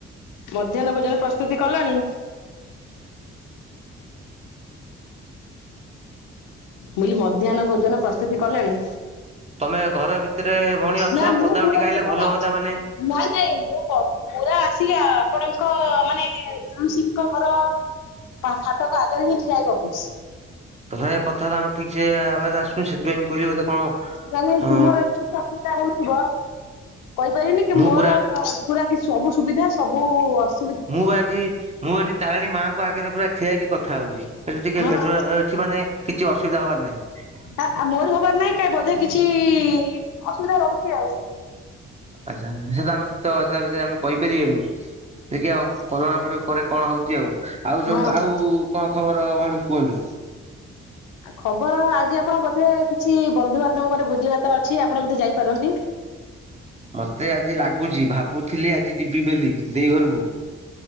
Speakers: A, on the left; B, on the right.
A: ମଧ୍ୟାହ୍ନ ଭୋଜନ ପ୍ରସ୍ତୁତି କଲଣି? ମୁଲ ମଧ୍ୟାହ୍ନ ଭୋଜନ ପ୍ରସ୍ତୁତି କଲେଣି?
B: ତମେ ଘର ଭିତରେ ଭଉଣୀ ଅଛ
A: ନା ମୁଁ
B: ପଦାକୁ
A: ପୁରା
B: ଟିକେ
A: ମୁଁ
B: ଆଇଲେ ଭଲ ହୁଅନ୍ତା ମାନେ
A: ନାଇଁ ନାଇଁ ମୁଁ ପ ପୁରା ଆସିକି ଆ ଆପଣଙ୍କ ମାନେ ତୁଳସୀଙ୍କ ଘର ଫାଟକ ଆଗରେ ହିଁ ଠିଆ ହେଇ ଗପୁଛି।
B: ତଥାପି କଥାତା ଆମ ଠିକ ସେ ଆବାଜ ଆସୁଛି ସେଥିପାଇଁ ମୁଁ କହିଲି ବୋଧେ କଣ
A: ନା ନାଇଁ
B: ଅ
A: ତୁମର ଏ <unintelligible> ଅସୁବିଧା ହଉଥିବ କହିପାରିବିନି କି
B: ମୁଁ
A: ମୋର
B: ପୁରା
A: ପୁରା କିଛି ସବୁ ସୁବିଧା ସବୁ ଅସ୍
B: ମୁଁ ବା ଏଠି ମୁଁ ଏଠି ତାରିଣୀ ମାଆଙ୍କ ଆଗରେ ପୁରା ଠିଆଇକି କଥା ହଉଛି ସେଠି ଟିକେ
A: ହଁ।
B: ନେଟୱର୍କ ମାନେ କିଛି ଅସୁବିଧା ହବାର ନାହିଁ।
A: ଆ ମୋର ହବାର ନାହିଁ କାଇଁ ବୋଧେ କିଛି ଅସୁବିଧା ରହୁଛି ଆଉ।
B: ଆଚ୍ଛା ସେତ ଆମ କିଛି ତ ସେଟା ବିଷୟରେ ଆମେ କହିପାରିଆନି ଦେଖିବାଉ କରୋନା ପଟ ପରେ କଣ ହଉଛି ଆଉ ଆଉ ସବୁ
A: ହଁ
B: ଆଉ
A: ହଁ।
B: କଣ ଖବର ଭଉଣୀ କୁହନ୍ତୁ।
A: ଖବ ବର ଆଜି ଆପଣ ବୋଧେ କିଛି ବନ୍ଧୁବାନ୍ଧବଙ୍କର ଭୋଜି ଭାତ ଅଛି ଆପଣ ବୋଧେ ଯାଇପାରନ୍ତି।
B: ମତେ ଆଜି ଲାଗୁଛି ଭାବୁଥିଲି ଆଜି ଯିବି ବେଲି ଦେଇ ଘରକୁ